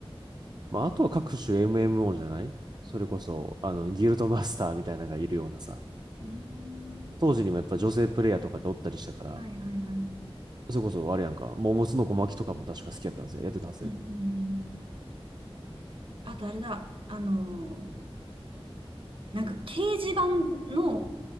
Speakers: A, on the right; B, on the right.
A: まあ、あとは各種 MMO じゃないそれこそ、あの、ギルドマスターみたいなのがいるようなさ。
B: い。うーん。
A: 当時にもやっぱ女性プレイヤーとかでおったりしたから、
B: はいはいはい。
A: それこそあれやんか、桃の小巻きとかも確か好きやったはずや、やってたはずやで。
B: うんうんう
A: ね
B: ん。あとあれだ、あのーなんか掲示板の、